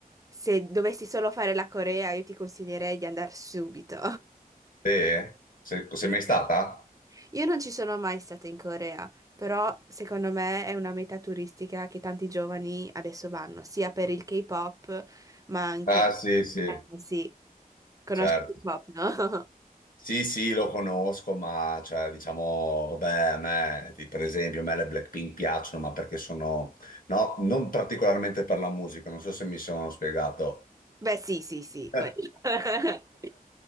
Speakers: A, on the right; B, on the left.
A: se dovessi solo fare la Corea, io ti consiglierei di andare subito.
B: Sì? Sei, sei
A: <laughs>
B: mai stata?
A: Io non ci sono mai stata in Corea, però secondo me è una meta turistica che tanti giovani adesso vanno, sia per il K-pop, ma anche...
B: Ah sì, sì, certo.
A: Eh, sì, conosci
B: certo.
A: il K-pop, no? <laughs>
B: Sì, sì, lo conosco, ma cioè, diciamo, vabbè, a me, ti- per esempio, a me le Blackpink piacciono, ma perché sono, no, non particolarmente per la musica, non so se mi sono spiegato.
A: Beh, sì, sì, sì,
B: <laughs>
A: quello. <laughs>